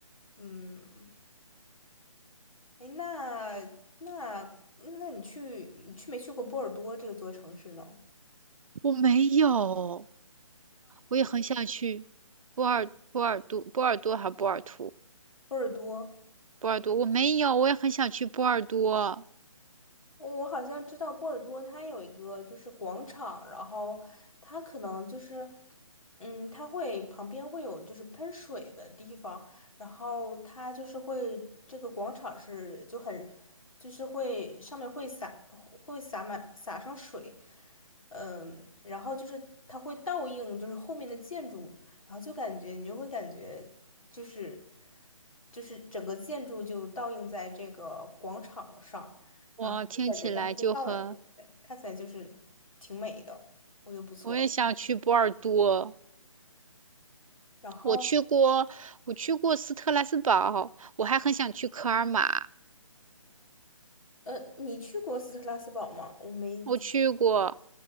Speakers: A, on the left; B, on the right.
A: 嗯，诶，那那那你去你去没去过波尔多这个座城市呢？
B: 我没有，我也很想去波尔波尔多，波尔多还波尔图，
A: 波尔多。
B: 波尔多，我没有，我也很想去波尔多。
A: 我好像知道波尔多，它有一个就是广场，然后它可能就是，嗯，它会旁边会有就是喷水的地方，然后它就是会这个广场是就很，就是会上面会洒会洒满洒上水，嗯，然后就是它会倒映就是后面的建筑，然后就感觉你就会感觉就是就是整个建筑就倒映在这个广场上。
B: 我听起来就很，
A: 然后就感觉它是个倒影对不对？看起来就是挺美的，我觉得不错。
B: 我也想去波尔多。
A: 然后，
B: 我去过，我去过斯特拉斯堡，我还很想去科尔玛，
A: 呃，你去过斯特拉斯堡吗？我没听。
B: 我去过。